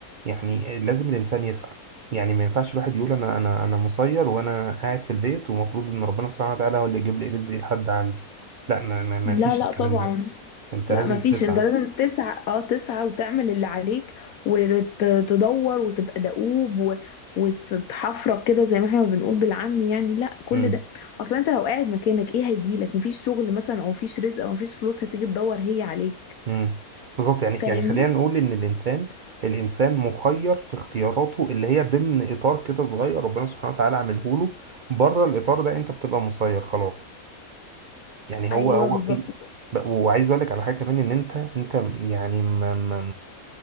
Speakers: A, on the right; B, on the left.
A: يعني لازم الانسان يسعى يعني ما ينفعش الواحد يقول انا انا انا مسير وانا قاعد في البيت ومفروض ان ربنا سبحانه وتعالى هو اللي يجيب لي رزقي لحد عندي لا ما ما ما
B: لا
A: فيش
B: لا
A: الكلام
B: طبعا
A: ده انت
B: لا
A: لازم
B: مفيش
A: تسعى
B: انت لازم تسعى اه تسعى وتعمل اللي عليك وتدور وتبقى دؤوب و... وتتحفرك كده زي ما احنا ما بنقول بالعامي يعني لا كل
A: امم
B: ده اصلا انت لو قاعد مكانك ايه هيجيلك مفيش شغل مثلا او مفيش رزق او مفيش فلوس هتيجي تدور هي عليك
A: امم بالظبط يعني
B: فاهمني
A: يعني خلينا نقول ان الانسان الانسان مخير في اختياراته اللي هي ضمن اطار كده صغير ربنا سبحانه وتعالى عامله له بره الاطار ده انت بتبقى مسير خلاص يعني هو
B: ايوه
A: هو
B: بالظبط
A: في ب- وعايز اقول لك على حاجه كمان ان انت انت يعني ما ما